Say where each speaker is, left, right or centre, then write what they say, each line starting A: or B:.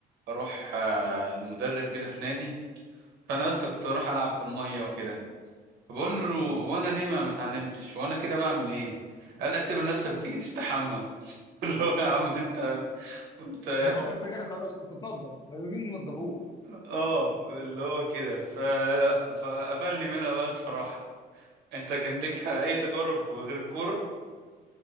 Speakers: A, on the right (about 75°); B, on the left (about 25°).
A: اروح آه، لمدرب كده في نادي فانا يا اسطى كنت بروح العب في المية وكده فبقول له هو انا ليه ما ما اتعلمتش وانا كده بعمل ايه قال لي اعتبر نفسك بتيجي تستحمى <laughs> اللي هو يا عم انت وانت
B: <laughs> اللي هو انت جاي خلاص تتنضف لازم ننضفوه
A: اه اللي هو كده ف... فقفلني منها بقى الصراحة انت كان لك اي تجارب غير الكورة